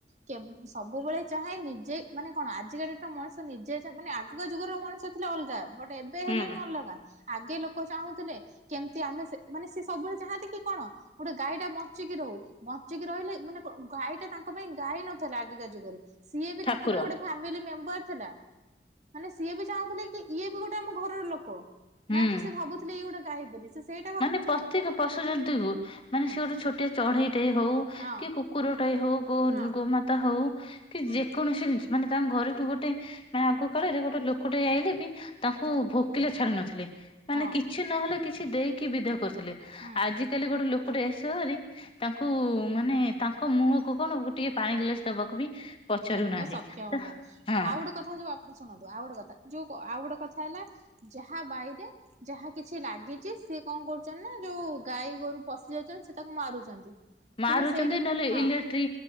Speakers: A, on the right; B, on the left.
A: କେ ସବୁବେଳେ ଚାହେଁ ନିଜେ ମାନେ କଣ ଆଜିକା ଡେଟ୍ ରେ ମଣିଷ ନିଜେ ମାନେ ଆଗକା ଯୁଗର ମଣିଷ ଥିଲେ ଅଲଗା। ବଟ୍ ଏବେ
B: ହୁଁ
A: ହେଲେଣି ଅଲଗା। ଆଗେ ଲୋକ ଚାହୁଁଥିଲେ କେମତି ଆମେ ସେ ମାନେ ସେ ସେ ସବୁବେଳେ ଚାହାନ୍ତି କି କଣ ଗୋଟେ ଗାଈ ଟା ବଞ୍ଚିକି ରହୁ। ବଞ୍ଚିକି ରହିଲେ ମାନେ କଣ ଗାଈଟା ତାଙ୍କ ପାଇଁ ଗାଈ ନଥିଲା ଆଗକା ଯୁଗରେ। ସିଏ ବି
B: ଠାକୁର
A: ତାଙ୍କ ପାଇଁ ଗୋଟେ ଫାମିଲି ମେମ୍ବର ଥିଲା। ମାନେ ସିଏ ବି ଚାହୁଁଥିଲେ କି ଇଏ ବି ଗୋଟେ ଆମ ଘରର ଲୋକ।
B: ହୁଁ।
A: ନା କି ସେ ଭାବୁଥିଲେ ଇଏ ଗୋଟେ ଗାଈ ବୋଲି। ସେ ସେଇ
B: ମାନେ ପ୍ରତ୍ୟେକ ପଶୁ ଜନ୍ତୁ ହୋଉ, ମାନେ
A: ହୁଁ
B: ସେ ଗୋଟେ ଛୋଟିଆ ଚଢେଇ ଟେ ହଉ
A: ହଁ
B: କି କୁକୁର ଟାଇ ହଉ,
A: ହଁ
B: ଗୋମାତା ହଉ, କି
A: ହୁଁ
B: ଯେକୌଣସି ଜିନିଷ ମାନେ ତାଙ୍କ ଘରକୁୁ ଗୋଟେ ମାନେ ଆଗ କାଳରେ ଗୋଟେ ଲୋକଟେ ଆଇଲେ ବି ତାଙ୍କୁ ଭୋକିଲା ଛାଡ଼ୁ ନଥିଲେ। ମାନେ
A: ହଁ
B: କିଛି ନହେଲେ କିଛି ଦେଇକି ବିଦା କରୁଥିଲେ।
A: ହୁଁ
B: ଆଜି କାଲି ଗୋଟେ ଲୋକଟେ ଆସିବ ଯଦି ତାଙ୍କୁ ମାନେ ତାଙ୍କ ମୁହଁକୁ କଣ ଗୋଟିଏ ପାଣି ଗିଲାସ ଦବାକୁ ବି ପଚାରୁନାହାନ୍ତି
A: ଲୋକଙ୍କ ସକ୍ଷମ
B: ତ
A: ନାହିଁ।
B: ହଁ
A: ଆଉ ଗୋଟେ କଥା ଯୋଉ ଆପଣ ଶୁଣନ୍ତୁ, ଆଉ ଗୋଟେ କଥା ଯୋଉ ଆଉ ଗୋଟେ କଥା ହେଲା ଯାହା ବାଇରେ ଯାହା କିଛି ଲାଗିଚି ସିଏ କଣ କରୁଛନ୍ତି ନା ଯୋଉ ଗାଈ ଗୋରୁ ପଶି ଯାଉଛନ୍ତି ସେ ତାକୁ ମାରୁଛନ୍ତି।
B: ମାରୁଛନ୍ତି
A: କିନ୍ତୁ ସେଇଟା
B: ନହେଲେ
A: ହଁ
B: ଇଲେକ୍ଟ୍ରି